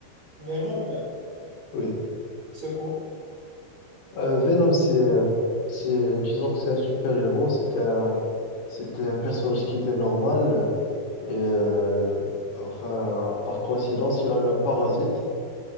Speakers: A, on the right; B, on the left.
A: Venom,
B: Oui.
A: c'est quoi?
B: Euh, Venom, c'est, euh, c'est, disons que c'est un super-héros, c'était un, c'était un personnage qui était normal, et euh, enfin, par coïncidence, il a eu un parasite,